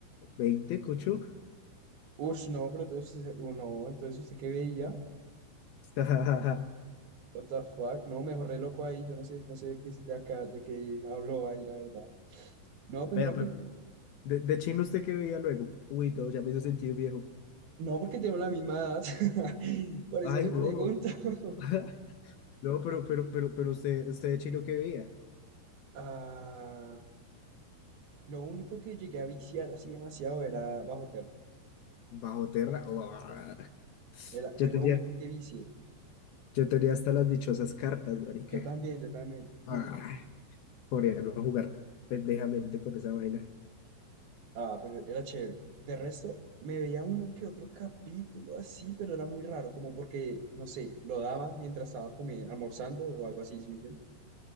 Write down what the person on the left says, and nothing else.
veinte cocho.
<laughs>
Vea,
pero
de, de chino, ¿usted qué veía luego? Uy, no, ya me hizo sentir viejo.
Ay,
no.
<laughs> No, pero, pero, pero, pero usted, usted de chino que veía,
bajo tierra. ¡Uah!
Yo
tenía,
yo tenía hasta las dichosas cartas, marica.
Ah,
coreano a jugar pendejamente con esa vaina.